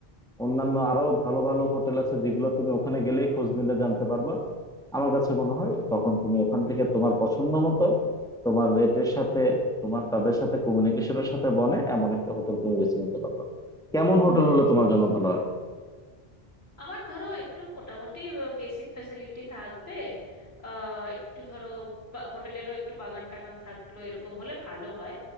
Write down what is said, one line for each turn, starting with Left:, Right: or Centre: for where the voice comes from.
Centre: অন্যান্য আরো ভালো ভালো হোটেল আছে যেগুলো তুমি ওখানে গেলেই খোঁজ নিলে জানতে পারবা আমার কাছে মনে হয় তখন তুমি ওখান থেকে তোমার পছন্দ মতো তোমার রেটের সাথে তোমার তাদের সাথে কমিউনিকেশনের সাথে বনে এমন একটা হোটেল তুমি বেছে নিতে পারবা
Left: হুম,
Centre: কেমন হোটেল হলে তোমার
Left: বুঝতে
Centre: জন্য ভালো
Left: পেরেছি
Centre: হয়
Left: আমার ধরো একটু মোটামুটি বেসিক ফ্যাসিলিটি থাকবে আহ, একটু ধরো বা- হোটেলেরও একটু বাগান টাগান থাকলো এরকম হলে ভালো হয়